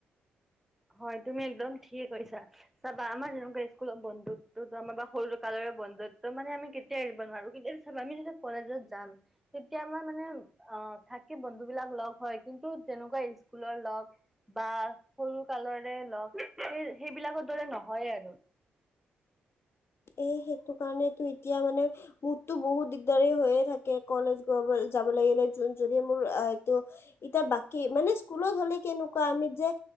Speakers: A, in the centre; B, on the left.
A: হয় তুমি একদম ঠিকে কৈছা। চাবা আমাৰ যেনেকুৱা স্কুলত বন্ধু তো আমাৰ বা সৰুটো কালৰে বন্ধুত্ব মানে আমি কেতিয়া এৰিব নোৱাৰো, কিন্তু চাবা আমি যেতিয়া কলেজত যাম তেতিয়া আমাৰ মানে অ' থাকে বন্ধুবিলাক লগ হয়। কিন্তু তেনেকুৱা স্কুলৰ লগ বা সৰু কালৰে লগ সেই সেইবিলাকৰ দৰে নহয়ে আৰু।
B: এ সেইটো কাৰণেতো এতিয়া মানে মোৰটো বহুত দিগদাৰী হৈয়ে থাকে, কলেজ গ বল যাব লাগিলে যদি মোৰ আ এইটো এতিয়া বাকী, মানে স্কুলত হ'লে কেনেকুৱা আমি যে